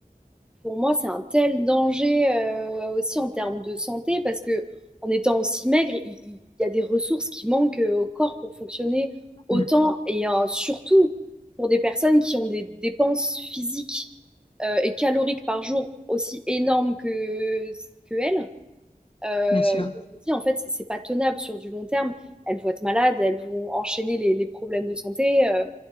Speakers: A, in the centre; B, on the left (about 35°).
A: pour moi, c'est un tel danger euh, aussi en termes de santé parce que en étant aussi maigre, il, il y a des ressources qui manquent euh, au corps pour fonctionner autant
B: Mm,
A: et euh, surtout pour des personnes qui ont des dépenses physiques euh, et caloriques par jour aussi énormes que, que elles. Euh,
B: bien sûr.
A: je me dis, en fait, c'est pas tenable sur du long terme. Elles vont être malades, elles vont enchaîner les, les problèmes de santé. euh,